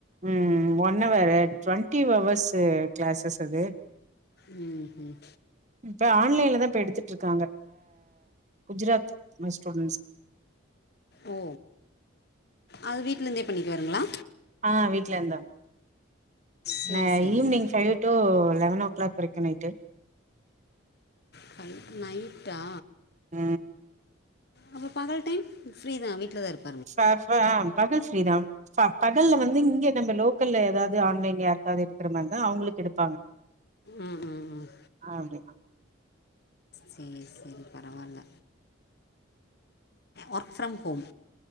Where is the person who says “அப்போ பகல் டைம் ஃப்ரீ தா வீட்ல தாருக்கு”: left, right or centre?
Left